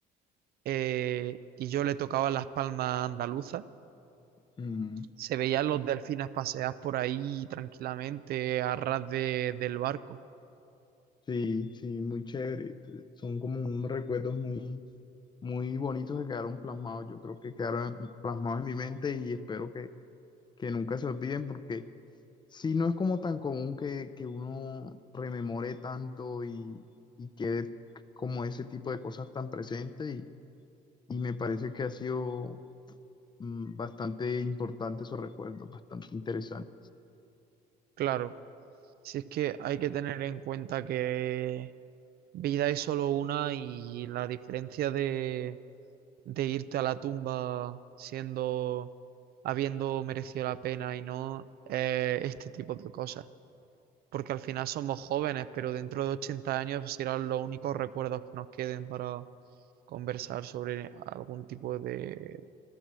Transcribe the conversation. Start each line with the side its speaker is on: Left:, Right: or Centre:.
Right: eh, y yo le tocaba las palmas andaluzas,
Left: Ujú.
Right: se veían los delfines pasear por ahí tranquilamente a ras de- del barco.
Left: Sí, sí, muy chévere. Son como unos recuerdos muy, muy bonitos que quedaron plasmados. Yo creo que quedaron plasmados en mi mente y espero que, que nunca se olviden porque sí, no es como tan común que, que uno rememore tanto y, y quede como ese tipo de cosas tan presentes y me parece que ha sido mm, bastante importante esos recuerdos, bastante interesante.
Right: Claro, si es que hay que tener en cuenta que vida es solo una y la diferencia de, de irte a la tumba siendo, habiendo merecido la pena y no, eh, este tipo de cosas. porque al final somos jóvenes, pero dentro de 80 años pues, serán los únicos recuerdos que nos queden para conversar sobre algún tipo de,